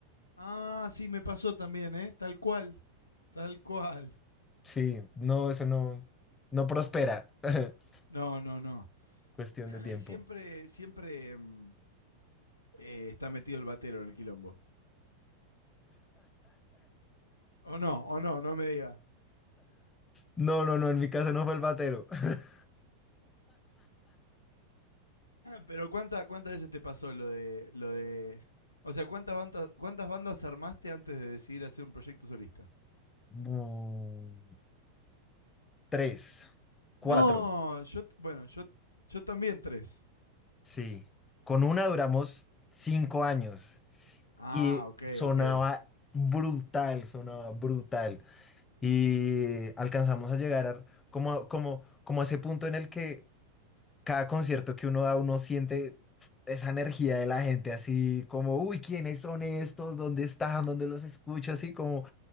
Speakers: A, on the left; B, on the left.
A: Ah, sí, me pasó también, ¿eh? Tal cual, tal cual.
B: Sí, no, eso no, no prospera. <laughs>
A: No, no, no.
B: Cuestión
A: <clears throat>
B: de tiempo.
A: Y siempre, siempre mm, eh, está metido el batero en el quilombo. O no, o no, no me diga.
B: No, no, no, en mi caso no fue el batero. <laughs>
A: Pero ¿cuánta, ¿cuántas veces te pasó lo de, lo de... O sea, ¿cuántas bandas, ¿cuántas bandas armaste antes de decidir hacer un proyecto solista?
B: Mm, Tres, cuatro.
A: No, yo, t- bueno, yo, yo también tres.
B: Sí, con una duramos cinco años
A: Ah,
B: y
A: ok,
B: sonaba
A: ok.
B: brutal, sonaba brutal. Y alcanzamos a llegar a- como, a- como, como a ese punto en el que cada concierto que uno da, uno siente esa energía de la gente, así como, uy, ¿quiénes son estos? ¿Dónde están? ¿Dónde los escucho? Así como